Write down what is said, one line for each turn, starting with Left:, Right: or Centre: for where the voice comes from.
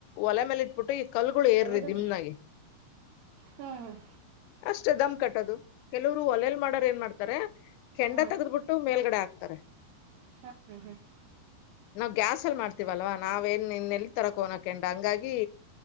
Left: ಒಲೆ ಮೇಲೆ ಇಟ್ಬಿಟ್ಟು ಇ ಕಲ್ಗಳು ಏರ್ರಿ
Right: ತಗೊಳ್ಳಿ.
Left: ನಿಮ್ನಾಗೆ
Right: ಹ್ಮ್ ಹ್ಮ್
Left: ಅಷ್ಟೇ ದಮ್ ಕಟ್ಟದು ಕೆಲವರು ಒಲೆಲ್ ಮಾಡರ್ ಏನ್ ಮಾಡ್ತಾರೆ ಕೆಂಡ
Right: ಹ್ಮ್
Left: ತೆಗ್ದ್ ಬಿಟ್ಟು ಮೇಲ್ಗಡೆ ಹಾಕ್ತಾರೆ
Right: ಹ್ಮ್ ಹ್ಮ್ ಹ್ಮ್
Left: ನಾವ್ ಗ್ಯಾಸ ಅಲ್ಲಿ ಮಾಡ್ತೀವಲ್ವಾ ನಾವೇನ್ ಇನ್ನೆಲ್ ತರೋಕೆ ಹೋಗಣ ಕೆಂಡ ಹಂಗಾಗಿ